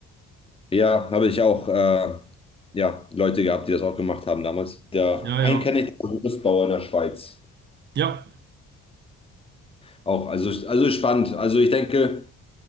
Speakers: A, on the left; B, on the right.
A: Ja, habe ich auch, äh, ja, Leute gehabt, die das auch gemacht haben damals. Der
B: Ja,
A: einen
B: ja.
A: kenne ich, der ist Gerüstbauer in der Schweiz.
B: Ja,
A: Auch, also, also spannend. Also ich denke,